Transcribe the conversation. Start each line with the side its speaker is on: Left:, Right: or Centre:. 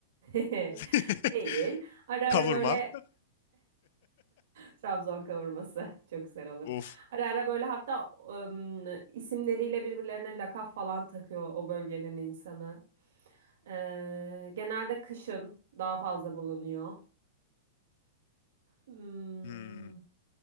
Right: <laughs>
Left: <laughs>
Right: değil. Ara ara
Left: Kavurma.
Right: böyle Trabzon kavurması <laughs> çok güzel olur.
Left: Of.
Right: Ara ara böyle hatta ım, isimleriyle birbirlerine lakap falan takıyor o bölgenin insanı. Ee, genelde kışın daha fazla bulunuyor. Hmm,
Left: Hmm.